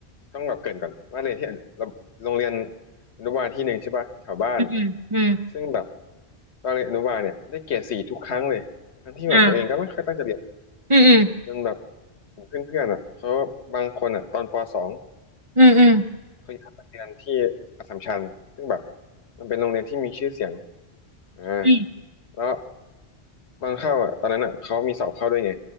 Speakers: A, on the left; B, on the right.
A: ต้องแบบเกริ่นก่อนว่าเรียนที่อนุเราโรงเรียนอนุบาลที่หนึ่งใช่ปะแถวบ้าน
B: อืมอืมอืม
A: ซึ่งแบบตอนเรียนอนุบาลเนี่ยได้เกรดสี่ทุกครั้งเลยทั้งที่แบบตัวเองก็ไม่ค่อยตั้งใจเรียน
B: อ่าอืมอืม
A: จนแบบเพื่อนๆอ่ะเขาบางคนอ่ะตอนปสอง
B: อืมอืม
A: เขาย้ายมาเรียนที่อัสสัมชัญซึ่งแบบมันเป็นโรงเรียนที่มีชื่อเสียงอ่า
B: อืม
A: แล้วตอนเข้าอ่ะตอนนั้นอ่ะเขามีสอบเข้าด้วยไง